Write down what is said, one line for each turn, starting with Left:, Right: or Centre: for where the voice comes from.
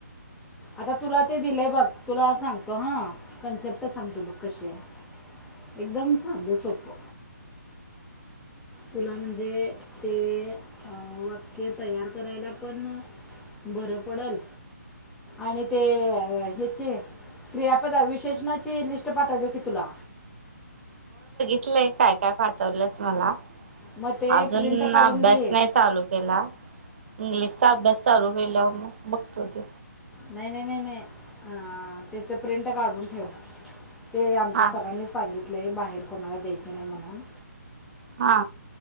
Centre: आता तुला ते दिलंय बघ तुला सांगतो ह कन्सेप्ट सांगतो कशी आहे एकदम साधी सोपी. तुला म्हणजे ते वाक्य करायला पण बरं पडल आणि ते हेचे क्रियापद अविशेष ह ची लिस्ट पाठवली की तुला
Right: लय काय काय पाठवल्यास मला
Centre: मग ते
Right: अजून
Centre: प्रिंट काढून
Right: अभ्यास
Centre: घे
Right: नाही चालू केला इंग्लिशचा अभ्यास चालू केल्यावर बघतो ते
Centre: नाय-नाय-नाय तेचं प्रिंट काढून ठेव. ते आमच्या
Right: हा
Centre: सरांनी सांगितलय बाहेर कुणाला द्यायचं नाही म्हणून
Right: हा